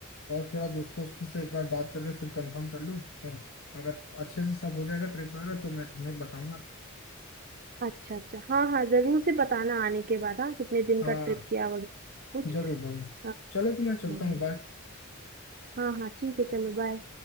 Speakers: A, on the left; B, on the right.
A: और थोड़ा दोस्तों वोस्तों से एक बार बात करके फिर कंफर्म कर लूँ हम्म, अगर अच्छे से सब हो जाएगा ट्रिप वगैरह तो मैं तुम्हें बताऊंगा
B: अच्छा अच्छा हाँ हाँ जरूर से बताना आने के बाद हाँ कितने दिन
A: हाँ
B: का ट्रिप किया वगैरह कुछ
A: जरूर जरूर
B: हाँ
A: चलो तो मैं चलता
B: हाँ
A: हूँ बाय बाय।
B: हाँ हाँ, ठीक है चलो बाय